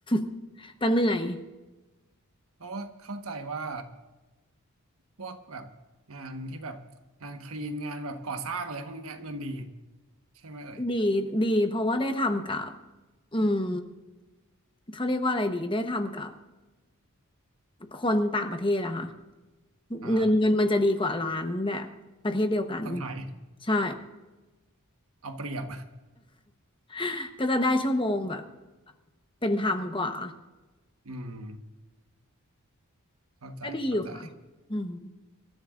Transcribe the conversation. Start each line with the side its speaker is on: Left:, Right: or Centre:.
Left: <laughs> แต่เหนื่อย
Right: เพราะว่าเข้าใจว่าพวกแบบงานที่แบบงานคลีนงานแบบก่อสร้างอะไรพวกเนี้ยเงินดีใช่ไหมเอ่ย
Left: ดีดีเพราะว่าได้ทำกับอืมเขาเรียกว่าอะไรดีได้ทำกับคนต่างประเทศอะค่ะ
Right: อ่า
Left: เงินเงินมันจะดีกว่าร้านแบบประเทศเดียวกัน
Right: คนไทย
Left: ใช่
Right: เอาเปรียบ
Left: <laughs> ก็จะได้ชั่วโมงแบบเป็นธรรมกว่า
Right: <laughs> อืมเข้าใจเข้าใจ
Left: ก็ดีอยู่ค่ะอืม